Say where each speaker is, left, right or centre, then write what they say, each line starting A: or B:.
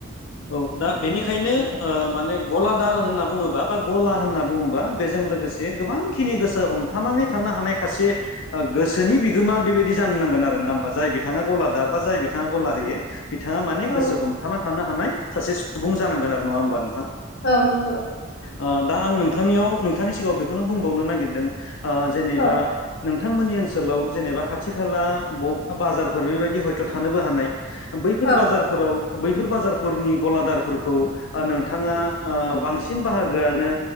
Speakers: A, on the left; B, on the left.
A: औ दा बिनिखायनो ओ माने गलादार होनना बुङोबा बा गला होनना बुङोबा बेजों लोगोस से गोबांखिनि गोसो हमथानानै थानो हानाय खासे गोसोनि बिगोमा बेबायदि जानो नांगोन आरो। ना होमबा जाय बिथाङा गलादार बा जाय बिथाङा गला होयो बिथाङा माने
B: औ
A: गोसो हमथाना थानो हानाय सासे सुबुं जानांगोन आरो।‌ नङा होमबा नोंथां?
B: औ नंगौ।
A: ओ दा आं नोंथांनियाव नोंथांनि सिगाङाव बेखौनो बुंबावनो नागिरदों ओ जेनेबा
B: औ
A: नों थांमोननि ओनसोलाव जेनेबा खाथि खाला बबेबा बाजारफोर बेबायदि हयथ' थानोबो हानाय। बैफोर
B: औ
A: बाजारफोराव बैफोर बाजारफोरनि गलादारफोरखौ ओ नोंथाङा ओ बांसिन बाहागोआनो